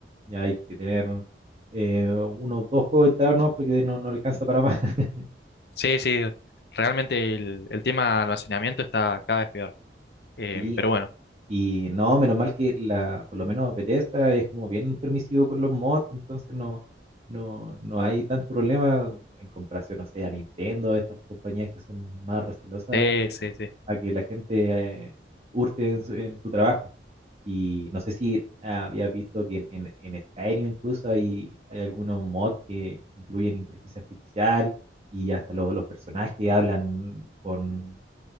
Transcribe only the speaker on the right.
Ya hay que tener eh, unos dos juegos instalados, no, porque no, no alcanza para más. <laughs>
sí
Y no, menos mal que la, por lo menos Bethesda es como bien permisivo con los mods, entonces no, no, no hay tanto problema en comparación, no sé, a Nintendo, estas compañías que son más recelosas
que,
a que la gente eh, hurte en su, en su trabajo. Y no sé si habías visto que en, en- en Skyrim incluso hay, hay algunos mods que incluyen inteligencia artificial y hasta lo- los personajes hablan con